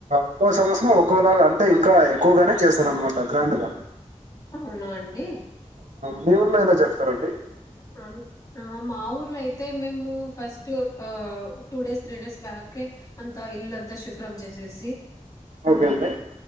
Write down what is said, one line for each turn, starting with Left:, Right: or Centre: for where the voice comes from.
Right: ఒక్కో సంవత్సరం ఒక్కోలాగా అంటే ఇంకా ఎక్కువగానే చేస్తారు అన్ మాట గ్రాండు గా
Left: అవునా అండి
Right: మీ ఊర్లో ఎలా జరుపుతరండి
Left: అం ఆ మా ఊర్ల అయితే మేము ఫస్ట్ తుర్ పావు టూ డేస్ త్రీ డేస్ బ్యాకే అంతా ఇల్లంతా శుభ్రం చేసేసి
Right: ఒకే అండి